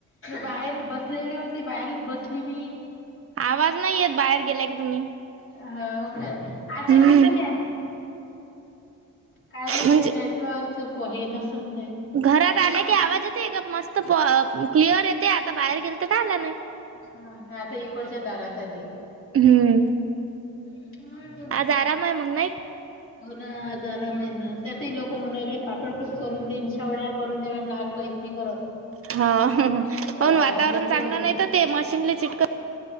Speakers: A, on the left; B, on the right.
A: बाहेरच बसलेली होती बाहेरच बसली मी
B: आवाज नाही येत बाहेर गेला का तुम्ही
A: हो काय आता
B: हम्म
A: तिकुून या काय मित
B: म्हणजे
A: ते नेटवर्कच हे नसन ते
B: घरात आले की आवाज येते का मस्त क्लिअर येते आता बाहेर गेल तर आला नाही
A: हा का आता इकडच्या दरात आली
B: हम्म
A: हम्म.
B: आज आराम आहे मग नाही
A: हो ना जरा मिळणार तर ती लोक म्हण राहिले पापडकुट करून देईन शेवड्या करून दे म्हटलं आज काहीच नाही करत
B: हाव
A: आज
B: काउन
A: आराम
B: वातावरण
A: घेतो
B: चांगलं
A: उद्या
B: नाही
A: दे
B: तर ते मशीन चिटक